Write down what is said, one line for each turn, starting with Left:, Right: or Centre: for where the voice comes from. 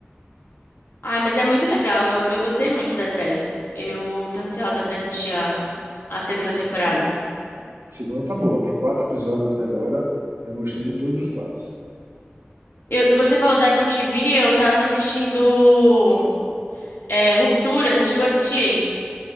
Left: Ah, mas é muito legal. Eu, eu gostei muito da série. Eu tô ansiosa pra assistir a, a segunda
Right: né?
Left: temporada.
Right: A segunda tá boa. Tem quatro episódios até agora. Eu gostei de todos os quatro.
Left: Eu- você falou da Apple TV, eu tava assistindo é, Ruptura. Você chegou a assistir?